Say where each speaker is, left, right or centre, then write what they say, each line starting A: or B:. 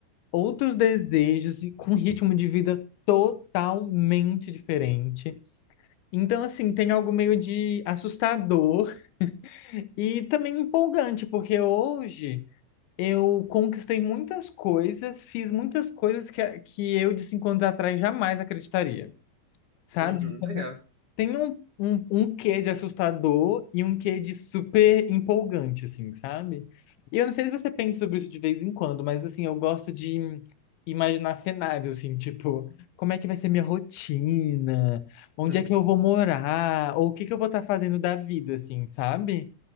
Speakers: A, on the left; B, on the right.
A: outros desejos e com um ritmo de vida totalmente diferente. Então, assim, tem algo meio de assustador e também empolgante, porque hoje eu conquistei muitas coisas, fiz muitas coisas que, que eu de cinco anos atrás jamais acreditaria, sabe?
B: Uhum,
A: Então,
B: legal.
A: tem um, um, um quê de assustador e um quê de super empolgante, assim, sabe? E eu não sei se você pensa sobre isso de vez em quando, mas assim, eu gosto de imaginar cenários, assim, tipo, como é que vai ser minha rotina? Onde
B: Uhum.
A: é que eu vou morar? Ou o que que eu vou estar fazendo da vida, assim, sabe?